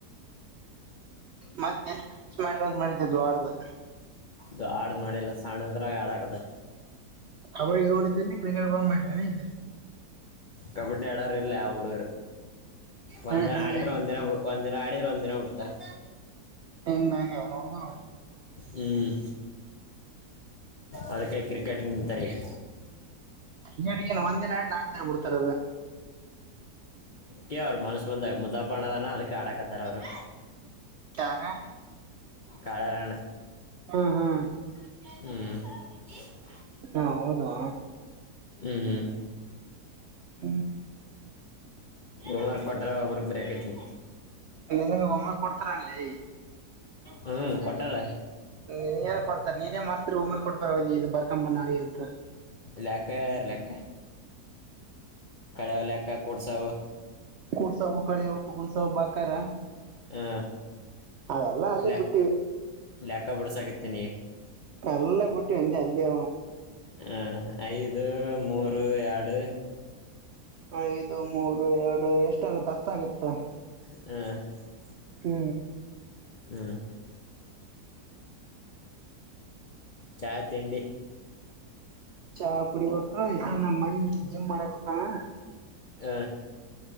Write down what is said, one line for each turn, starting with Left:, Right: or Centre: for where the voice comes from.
Right: ಮತ್ತ ಎಲ್ಲಿ ಪಿಚ್ ಮಾಡಂತ ಮಾಡಿದ್ದಿದ್ದ ದೊಡ್ದು
Left: ದೊಡ್ಡದು ಮಾಡಿಲ್ಲ ಸಣ್ಣದ್ರಾಗ ಹಾಡಾಕ್ದ
Right: ಕಬಡ್ಡಿ ಗ್ರೌಂಡ್ ಇದ್ದ ಕ್ರಿಕೆಟ್ ಗ್ರೌಂಡ್ ಮಾಡ್ರಿ ಇದೆ
Left: ಕಬಡ್ಡಿ ಆಡಾರ ಇಲ್ಲ ಹುಡು
Right: ಹ್ಮ್
Left: ಒಂದಿನ
Right: ಹ್ಮ್
Left: ಆಡಿದ್ರ ಒಂದಿನ ಒಂದಿನ ಆಡಿದ್ರೆ ಒಂದ್ಿನ ಬಿಡ್ತಾರೆ
Right: ಹೆಂಗ ಹಗ್ಯಾವ ನೋಡ್ಗರು
Left: ಹ್ಮ್ ಅದ್ಕೈ ಕ್ರಿಕೆಟ್ ನಿಂತಾರೆ ಈಗ
Right: ನ ಏನ್ ಒಂದ್ ದಿನ ಆಡ್ ನಾಕು ದಿನ ಬಿಡ್ತಾರದು
Left: ಕ ಅವ್ರು ಮನ್ಸ್ ಬಂದಾಗ ಮುದಪಣ್ಣದಾನ ಅದಕ್ಕೆ ಆಡಾಕತ್ತಾರ ಅವ್ರು
Right: ಯಾರ
Left: ಕಾಳರಣ್ಣ
Right: ಹಾ ಹಾ
Left: ಹ್ಮ್
Right: ಹಾ ಹೌದುವ
Left: ಹ್ಮ್ ಹ್ಮ
Right: ಹ
Left: ಒಮರ್ ಕೊಟ್ಟರ್ ಹೋಮೇವರ್ಕ್ ಹೋಂ ವರ್ಕ್ ಬರಿಯಕತೀನಿ
Right: ನಿನ್ನ ಒಮ್ಮ ಕೊಡ್ತಾರ ಅಲ್ಲಿ
Left: ಹಾ ಕೊಟ್ಟಾರೆ
Right: ಹ ನೀನ್ ಕೊಡ್ತಾರೆ ನೀನೇ ಮಾಸ್ತ್ರಿ ಉಮರ್ ಕೊಡ್ಬರ ಇದು ಬರ್ಕಂಬ ನಳಿ ಅಂತ
Left: ಲೆಕ್ಕ ಹೇಳಾರ ಲೆಕ್ಕ ಕಳೆಾವಲ್ಕ ಕೂಡ್ಸವು
Right: ಕೂಡ್ಸವು ಕಳೆವು ಗುಣಸವು ಬಾಕಾರ
Left: ಆ
Right: ಅವೆಲ್ಲ ಅಲ್ಲೇ
Left: ಲೆ
Right: ಬಿಟ್ಟು
Left: ಲೆಕ್ಕ ಬಿಡ್ಸಕತ್ತೇ ನೀ
Right: ಎಲ್ಲ ಬಿಟ್ಟು ಎಂತ ಅಲ್ಲಿಯ
Left: ಹ ಐದು ಮೂರು ಎರಡು
Right: ಐದು ಮೂರು ಎರಡು ಎಷ್ಟಾಗುತ್ತ ಅತ್ತ ಆಗುತ್ತ
Left: ಹ
Right: ಹೂ
Left: ಹ್ಮ ಚಾಯ ತಿಂಡಿ
Right: ಚಾ ಕುಡಿಬೇಕ ಈ ನಮ್ಮ್ ಮಣಲಿ ಜಿಮ್ ಮಾಡಕ್ ಉಂಟಾನ
Left: ಹ